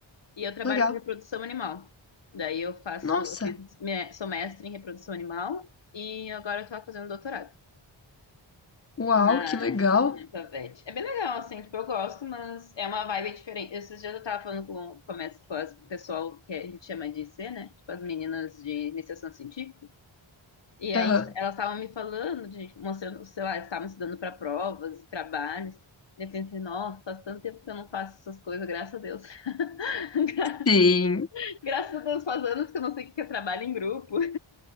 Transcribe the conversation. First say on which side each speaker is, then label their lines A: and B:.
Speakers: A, on the left; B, on the left.
A: E eu trabalho
B: legal.
A: com reprodução animal. Daí eu faço,
B: Nossa,
A: eu fiz, minha- sou mestre em reprodução animal e agora eu tô fazendo doutorado.
B: uau,
A: na,
B: que legal.
A: na Favete. É bem legal, assim, tipo, eu gosto, mas é uma vibe diferente. Esses dias eu tava falando com, com, as, com as o pessoal que a gente chama de I C né? Tipo, as meninas de iniciação científica. E aí
B: Aham.
A: elas estavam me falando, de, tipo, mostrando, sei lá, elas estavam estudando para provas, trabalhos. E eu pensei, nossa, faz tanto tempo que eu não faço essas coisas, graças a Deus. <laughs>
B: Sim.
A: graças a Deus, faz anos que eu não sei o que é trabalho em grupo.